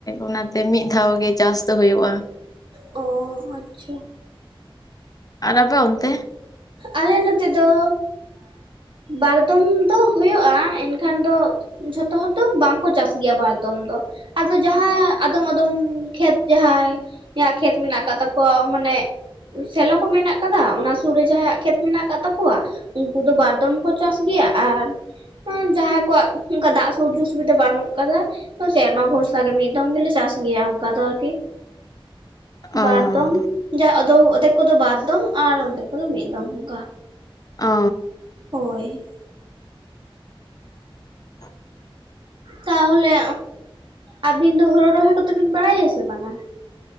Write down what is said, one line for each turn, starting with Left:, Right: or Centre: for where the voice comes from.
Left: ᱚᱱᱟᱛᱮ ᱢᱤᱫ ᱫᱷᱟᱣ ᱜᱮ ᱪᱟᱥ ᱫᱚ ᱦᱩᱭᱩᱜᱼᱟ᱾
Right: ᱚ ᱟᱪᱪᱷᱟ
Left: ᱟᱨ ᱟᱯᱮ ᱚᱱᱛᱮ
Right: ᱟᱞᱮ ᱱᱚᱛᱮ ᱫᱚ ᱵᱟᱨ ᱫᱚᱢ ᱫᱚ ᱦᱩᱭᱩᱜᱼᱟ ᱮᱱᱠᱷᱟᱱ ᱫᱚ ᱡᱷᱚᱛᱚ ᱦᱚᱲ ᱫᱚ ᱵᱟᱝᱠᱚ ᱪᱟᱥ ᱜᱮᱭᱟ ᱵᱟᱨᱫᱚᱢ ᱫᱚ ᱟᱫᱚ ᱡᱟᱦᱟᱸ ᱟᱫᱚᱢ ᱟᱫᱚᱢ ᱠᱷᱮᱛ ᱡᱟᱦᱟᱸᱭ ᱠᱷᱮᱛ ᱢᱮᱱᱟᱜ ᱟᱠᱟᱫ ᱛᱟᱠᱚᱣᱟ ᱢᱟᱱᱮ ᱥᱮᱞᱚ ᱠᱚ ᱢᱮᱱᱟᱜ ᱠᱟᱫᱟ ᱚᱱᱟ ᱥᱩᱨ ᱨᱮ ᱡᱟᱦᱟᱸᱭᱟᱜ ᱠᱷᱮᱛ ᱢᱮᱱᱟᱜ ᱟᱠᱟᱫ ᱛᱟᱠᱚᱣᱟ ᱩᱱᱠᱩ ᱫᱚ ᱵᱟᱨᱫᱚᱢ ᱠᱚ ᱪᱟᱥ ᱜᱮᱭᱟ ᱟᱨ ᱡᱟᱦᱟᱸᱭ ᱠᱚᱣᱟᱜ ᱚᱱᱠᱟ ᱫᱟᱜ ᱥᱩᱡᱳᱜᱽ ᱥᱩᱵᱤᱫᱷᱟ ᱵᱟᱹᱱᱩᱜ ᱠᱟᱫᱟ ᱥᱮᱨᱢᱟ ᱵᱷᱚᱨᱥᱟ ᱜᱮ ᱢᱤᱫ ᱫᱚᱢ ᱜᱮᱞᱮ ᱪᱟᱥ ᱜᱮᱭᱟ ᱚᱱᱠᱟ ᱫᱚ ᱟᱨᱠᱤ
Left: ᱚ
Right: ᱵᱟᱨ ᱫᱚᱢ ᱚᱴ ᱚᱫᱷᱮᱠ ᱠᱚᱫᱚ ᱵᱟᱨ ᱫᱚᱢ ᱟᱨ ᱸᱰᱮ ᱠᱚᱫᱚ ᱢᱤᱫ ᱫᱚᱢ ᱚᱱᱠᱟ
Left: ᱚ
Right: ᱦᱳᱭ
Left: <unintelligible>
Right: ᱛᱟᱦᱚᱞᱮ ᱟᱹᱵᱤᱱ ᱫᱚ ᱦᱩᱲᱩ ᱨᱚᱦᱚᱭ ᱠᱚᱫᱚ ᱵᱤᱱ ᱵᱟᱲᱟᱭᱟ ᱥᱮ ᱵᱟᱝᱟ